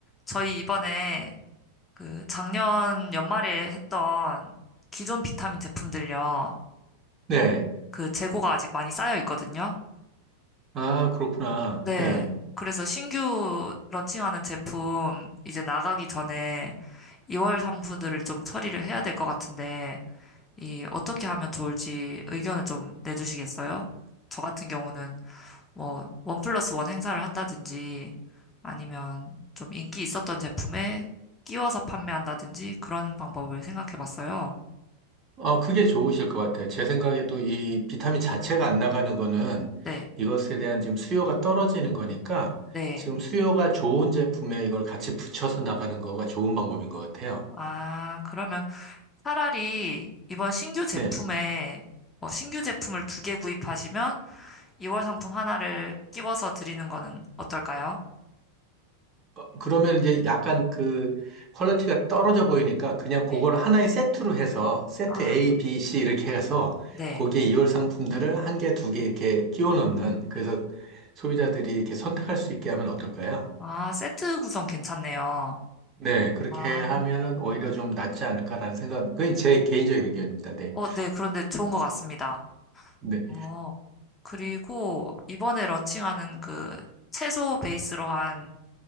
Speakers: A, on the left; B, on the right.
A: 저희 이번에 그 작년 연말에 했던 기존 비타민 제품들요.
B: 네.
A: 그 재고가 아직 많이 쌓여 있거든요.
B: 아, 그렇구나.
A: 네.
B: 네.
A: 그래서 신규 런칭하는 제품 이제 나가기 전에 2월 상품들을 좀 처리를 해야 될 것 같은데, 이 어떻게 하면 좋을지 의견을 좀 내주시겠어요? 저 같은 경우는 뭐, 원 플러스 원 행사를 한다든지 아니면 좀 인기 있었던 제품에 끼워서 판매한다든지 그런 방법을 생각해 봤어요.
B: 어, 그게 좋으실 것 같아요. 제 생각에도 이 비타민 자체가 안 나가는 거는
A: 네,
B: 이것에 대한 지금 수요가 떨어지는 거니까
A: 네.
B: 지금 수요가 좋은 제품에 이걸 같이 붙여서 나가는 거가 좋은 방법인 것 같아요.
A: 아, 그러면 차라리 이번 신규 제품에
B: 네.
A: 뭐 신규 제품을 두 개 구입하시면 2월 상품 하나를 끼워서 드리는 거는 어떨까요?
B: 어, 그러면 이제 약간 그 퀄리티가 떨어져 보이니까 그냥
A: 네.
B: 그걸 하나의 세트로 해서 세트
A: 아,
B: A, B, C 이렇게 해서
A: 네.
B: 거기에 이월 상품들을 한 개, 두 개 이렇게 끼워 넣는 그래서 소비자들이 이렇게 선택할 수 있게 하면 어떨까요?
A: 아, 세트 구성 괜찮네요.
B: 네, 그렇게
A: 아,
B: 하면은 오히려 좀 낫지 않을까라는 생각, 그게 제 개인적인 의견입니다. 네,
A: 어, 네. 그런데 좋은 것 같습니다.
B: 네,
A: 어, 그리고 이번에 런칭하는 그 채소 베이스로 한